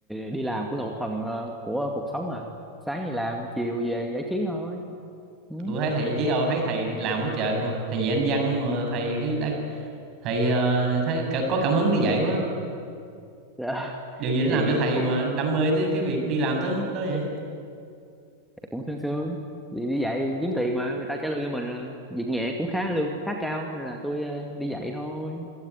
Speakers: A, in the centre; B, on the right.
A: đi làm cũng là một phần ờ, của cuộc sống mà sáng thì làm chiều về giải trí thôi ừ.
B: Tôi có thấy thầy chỉ đâu thấy thầy đi làm quá trời luôn mà. Thầy dạy anh văn mà thầy cái đã, thầy ờ, thấy cả- có cảm hứng đi dạy quá.
A: Dạ. <laughs>
B: Điều gì đã làm
A: thì
B: cho thầy
A: cũng
B: mà đam mê tới cái việc đi làm tới mức đó vậy?
A: cũng sương sương đi, đi dạy kiếm tiền mà người ta trả lương cho mình à. việc nhẹ cũng khá lương cũng khá cao nên là tôi ờ, đi dạy thôi